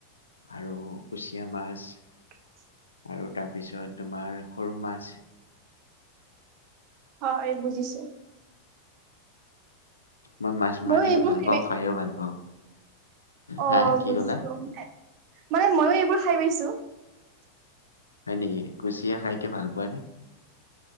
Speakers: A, on the left; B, on the right.
A: আৰু কুচিয়া মাছ
B: <inaudible>
A: আৰু তাৰপিছত তোমাৰ সৰু মাছ
B: হয় এই বুজিছো
A: মই মাছ
B: ময়ো
A: মাৰিও
B: এইবোৰ
A: ভাল
B: খাই
A: পাওঁ
B: পাইছো
A: খাইও ভাল পাওঁ
B: অ
A: হা কি
B: বুজিছো
A: ক'লা
B: মানে মইও এইবোৰ খাই পাইছো তটো
A: হয় নেকি কচ তিয়া খাইকে ভাল পোৱা নে